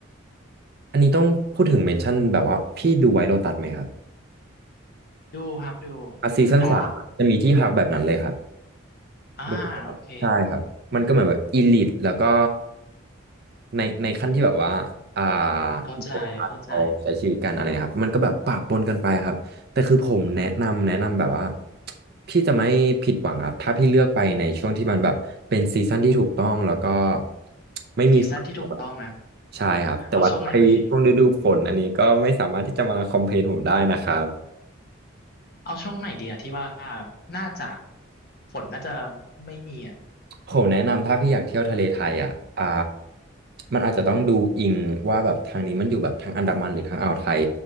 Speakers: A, on the right (about 50°); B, on the left (about 50°).
A: อันนี้ต้องพูดถึงเมนชั่นแบบว่าพี่ดูไว้โลตัสไหมครับ
B: ดูครับดู
A: อ่ะซีซั่นสามจะมีที่พักแบบนั้นเลยครับ
B: อ๋ออ่าโอเค
A: บนเขาใช่ครับ มันก็เหมือนแบบอีลิตแล้วก็ในในขั้นที่แบบว่าอ่า
B: เข้าใจเข้าใจ
A: ปกติเขาใช้ชีวิตกันอะไรครับมันก็แบบปะปนกันไปครับแต่คือผมแนะนำแนะนำแบบว่าพี่จะไม่ผิดหวังครับถ้าพี่เลือกไปในช่วงที่มันแบบเป็นซีซั่นที่ถูกต้องแล้วก็ไม่มีฝนตกอะ
B: ซีซั่นที่ถูกต้องนะ
A: ใช่ครับแต่ว่าไปช่วงฤดูฝนอันนี้ก็ไม่สามารถที่จะมาคอมเพลนผมได้นะครับ
B: เอาช่วงไหนดีเอาช่วงไหนดีอะที่ว่าน่าจะฝนน่าจะไม่มีอะ
A: ผมแนะนำถ้าพี่อยากเที่ยวทะเลไทยอ่ะอ่ามันอาจจะต้องดูอิงว่าแบบทางนี้มันอยู่แบบทางอันดามันหรือทางอ่าวไทย